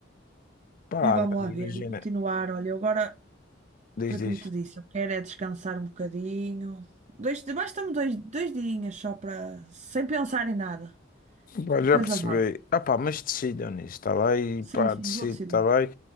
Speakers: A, on the left; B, on the right.
A: Pá,
B: E vamos
A: mas
B: lá
A: imagina,
B: ver, e continuar. Olha, eu agora
A: diz,
B: foi como
A: diz.
B: te disse, eu quero é descansar um bocadinho. Dois, basta-me dois, dois dias só para, sem pensar em nada.
A: Pá,
B: Depois
A: já percebi.
B: avanço.
A: Ah pá, mas decidam nisso, está bem?
B: Sim,
A: Pá,
B: sim,
A: decido,
B: vou decidir.
A: está bem?